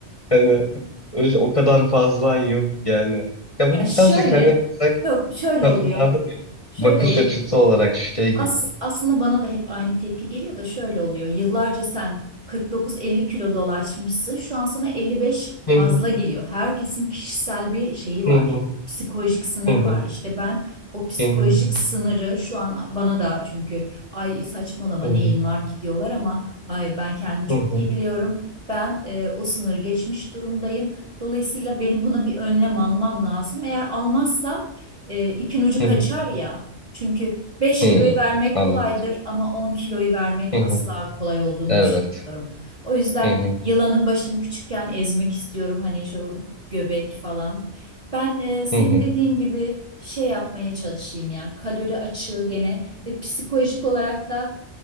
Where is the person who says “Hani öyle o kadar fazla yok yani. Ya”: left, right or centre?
Left